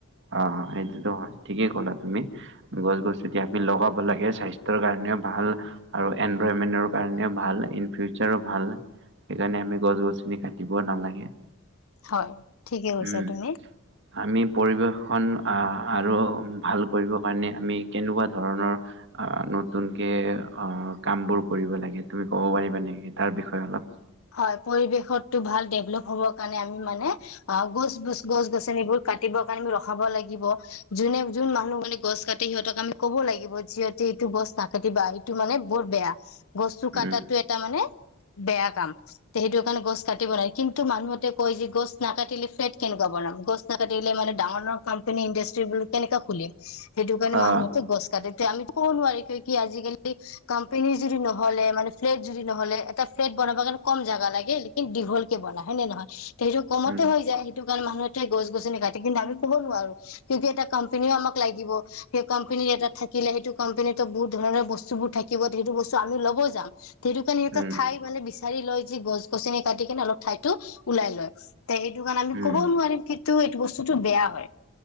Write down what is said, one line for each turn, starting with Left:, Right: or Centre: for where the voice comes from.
Right: অ হ সেইটোতো হয় ঠিকেই ক'লা তুমি গছ গছ এতিয়া আমি লগাব লগে স্বাস্থ্যৰ কাৰণেও ভাল আৰু এনভাইৰনমেণ্টৰ কাৰণেও ভাল ইন ফিউচাৰ ও ভাল সেইকাৰণে আমি গছ গছনি কাটিব নালাগে।
Left: হয় ঠিকে কৈছা
Right: উম
Left: তুমি
Right: আমি পৰিৱেশখন আহ আৰু ভাল কৰিব কাৰণে আমি কেনেকুৱা ধৰণৰ আহ নতুনকৈ অ কামবোৰ কৰিব লাগে তুমি ক'ব পাৰিবা নেকি তাৰ বিষয়ে অলপ?
Left: হয় পৰিৱেশতো ভাল ডেভলপ হ'বৰ কাৰণে আমি মানে অ গছছ গছ গছনিবোৰ কাটিবৰ কাৰণে আমি ৰখাব লাগিব যোনে যোন মানুহ মানে গছ কাটি সিহঁতক আমি কব লাগিব যিহতে এইটো গছ নাকাটিবা সটো মানে বৰ বেয়া। বস্তু কটাটো
Right: উম
Left: এটা মানে বেয়া কাম। তে সেইটো কাৰণে গছ কাটিব নাই কিন্তু মানুহতে কয় যে গছ নাকাটিলে ফেট কেনেুৱা বনাম গছ নাকাটিলে মানে ডাঙৰ- ডাঙৰ কাম তেনে ইণ্ডাষ্ট্ৰীবোৰ কেনেকৈ খুলিম সেইটো কাৰণে
Right: অ
Left: মান গছ কাতিব আমি টো কব নোৱাৰি কি কি আজিকালি ক কোম্পানী যদি নহ'লে মানে ফ্ যদি নহলে এটা ফ্লেট বনাবা কাৰণে কম জাগা লাগে লকিন দীঘল কে বনা হয়নে নহয়। সেইটো কমতে
Right: উম
Left: হৈ যায় সেইটো কাৰণে মানুহ এতিয়া গছ গছ কাটি কিন্তু আমি ক'ব নোৱাৰো। কিন্তু এটা কম্পনীও আমাক লাগিব সেই কোম্পানীত এটা থাকিলে সেইটো কোম্পাননীতো বহুত ধৰণৰ বস্তু বোৰ থাকিব সেইটো বস্তু আমি ল'ব যাম সেইটো কাৰণে ইয়াতে
Right: উম
Left: ঠাই মানে বিশে লৈ যি গছ গছনি কাটি কিনে অলপ ঠাইতো ওলাই লয় তে সেইটো কাৰণে আমি
Right: উম
Left: ক'বও নোৱাৰিম কিন্তু এইটো বস্তু বস্তুটো বেয়া হয়।